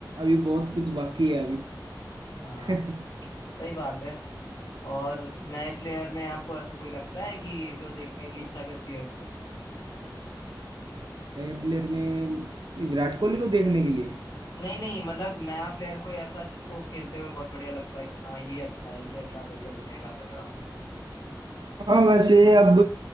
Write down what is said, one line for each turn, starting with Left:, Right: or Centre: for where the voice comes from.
Right: अभी बहुत कुछ बाकी है अभी
Left: हाँ
Right: <laughs>
Left: सही बात है और नए प्लेयर में आपको ऐसा कोई लगता है कि जो देखने की इच्छा करती है
Right: नए प्लेयर में विराट कोहली को देखने के लिए
Left: नहीं नहीं मतलब नया प्लेयर कोई ऐसा जिसको खेलते हुए बहुत बढ़िया लगता है कि हाँ ये अच्छा है ये अगला बढ़िया बनेगा तगड़ा
Right: हाँ वैसे अब